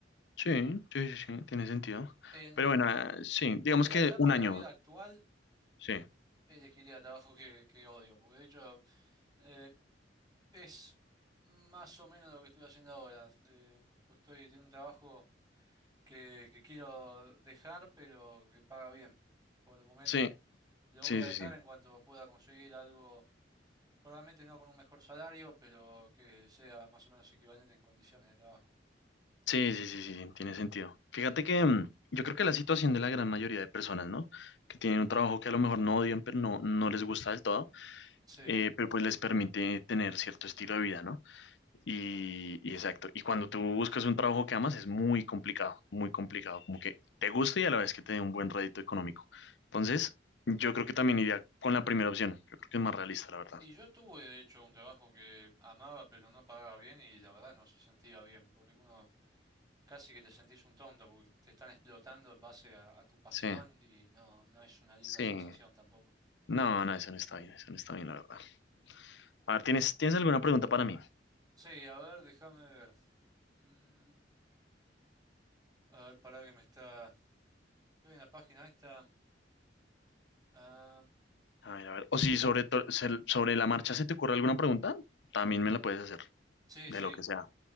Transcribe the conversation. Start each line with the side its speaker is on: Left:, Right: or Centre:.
Left: Sí,
Right: Mm.
Left: sí, sí, sí, tiene sentido.
Right: En,
Left: Pero bueno, ah, sí, digamos
Right: en
Left: que
Right: la etapa
Left: un
Right: de
Left: año.
Right: la vida actual,
Left: Sí,
Right: elegiría el trabajo que, que odio, porque de hecho eh, es más o menos lo que estoy haciendo ahora. Eh, pues estoy en un trabajo que, que quiero dejar, pero que paga bien por el momento.
Left: sí,
Right: Lo
Left: sí,
Right: voy a
Left: sí,
Right: dejar
Left: sí.
Right: en cuanto pueda conseguir algo, probablemente no con un mejor salario, pero que sea más o menos equivalente en condiciones de trabajo.
Left: Sí, sí, sí, sí, sí, tiene sentido. Fíjate que mm, yo creo que la situación de la gran mayoría de personas, ¿no? Que tienen un trabajo que a lo mejor no odian, pero no, no les gusta del todo
Right: Sí,
Left: eh, pero pues les permite tener cierto estilo de vida, ¿no? Y, y exacto, y cuando tú buscas un trabajo que amas es muy complicado, muy complicado, como que te guste y a la vez que te dé un buen rédito económico. Entonces, yo creo que también iría con la primera opción, yo creo que es más realista, la verdad.
Right: y yo tuve de hecho un trabajo que amaba pero no pagaba bien y la verdad no se sentía bien, porque uno Casi que te sentís un tonto porque te están explotando en base a, a tu pasión
Left: Sí,
Right: y no, no es una linda
Left: sí.
Right: sensación tampoco.
Left: No, no, eso no está bien, eso no está bien, la verdad. A ver, ¿tienes, ¿tienes alguna pregunta para mí?
Right: Sí, a ver, déjame ver. Mm, a ver, pará que me está... Estoy en la página esta. Ah,
Left: A ver, a ver. O si sobre, to- se- sobre la marcha se te ocurre alguna pregunta, también me la puedes hacer,
Right: sí,
Left: de
Right: sí.
Left: lo que sea.